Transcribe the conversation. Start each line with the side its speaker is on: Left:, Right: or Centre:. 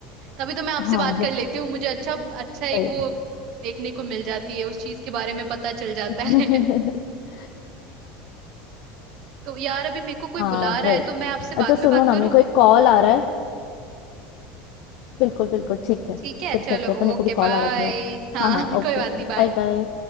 Right: तभी तो मैं आपसे
Left: हाँ
Right: बात कर लेती हूँ मुझे अच्छा अच्छा एक
Left: वही
Right: वो देखने को मिल जाती है उस चीज के बारे में पता चल जाता
Left: <laughs>
Right: है <laughs> तो यार अभी मेरे को कोई
Left: हाँ
Right: बुला रहा
Left: वही
Right: है तो मैं आपसे बाद
Left: अच्छा
Right: में
Left: सुनो
Right: बात
Left: ना
Right: करूँ
Left: मेरे को एक कॉल आ रहा है बिल्कुल बिल्कुल ठीक है
Right: ठीक है
Left: फिर
Right: चलो
Left: करते हैं पर मेरे
Right: ओके
Left: को भी
Right: बाय
Left: कॉल आ रहा था यार
Right: हाँ
Left: हाँ हाँ
Right: <laughs>
Left: ओके
Right: कोई बात नहीं बाय
Left: बाय बाय